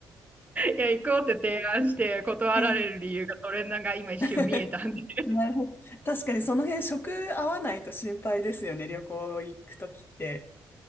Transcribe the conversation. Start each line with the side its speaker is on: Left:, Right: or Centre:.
Right: いや、行こうって提案して断られる理由がそれなんか今一瞬見えたんで
Left: えー <laughs> なるほど。確かにその辺食合わないと心配ですよね、旅行行くときって。